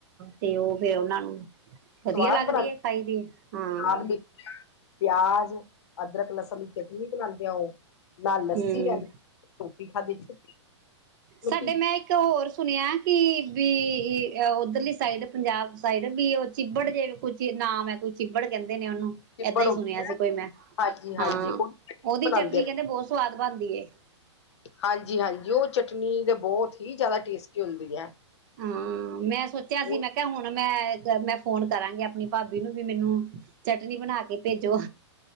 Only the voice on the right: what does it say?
ਤੇ ਉਹ ਫੇਰ ਉਹਨਾਂ ਨੂੰ ਵਧੀਆ
ਲੱਗਦੀ
ਹੈ ਖਾਈ ਦੀ ਹਾਂ
ਹੂੰ
ਸਾਡੇ ਮਾਈਕ ਤੋ ਹੋਰ ਸੁਣਿਆ ਕਿ ਬੀ ਉੱਧਰਲੀ ਸਾਈਡ ਪੰਜਾਬ ਸਾਈਡ ਬੀ ਉਹ ਚਿੱਬੜ ਜੇ ਕੁਛ ਕੇ ਨਾਮ ਐ ਕੋਈ ਚਿੱਬੜ ਕਹਿੰਦੇ ਨੇ ਓਨੂੰ
ਏਦਾਂ ਈ
ਸੁਣਿਆ ਸੀ ਕੋਈ ਮੈਂ,
ਹਾਂ,
ਉਹਦੀ
ਚਟਨੀ ਕਹਿੰਦੇ ਬਹੁਤ ਸਵਾਦ ਬਣਦੀ ਏ।
ਹਾਂ ਮੈਂ ਸੋਚਿਆ
ਸੀ ਮੈਂ ਕਿਹਾ, ਹੁਣ ਮੈਂ, ਜਰ ਮੈਂ ਫੋਨ ਕਰਾਂਗੀ ਅਪਣੀ ਭਾਬੀ ਨੂੰ ਵੀ ਮੈਨੂੰ ਚਟਨੀ ਬਣਾ ਕੇ ਭੇਜੋ।